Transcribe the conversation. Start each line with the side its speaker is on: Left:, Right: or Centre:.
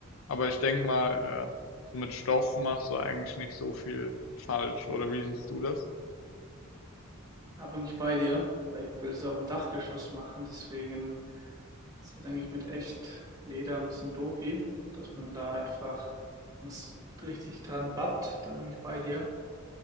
Left: Aber ich denke mal, äh, so mit Stoff machst du eigentlich nicht so viel falsch. Oder wie siehst du das?
Right: Da bin ich bei dir, weil ich will es auch im Dachgeschoss machen. Deswegen ist das eigentlich mit echt Leder ein bisschen doofi, dass man da einfach sonst richtig dran babbt. Da bin ich bei dir.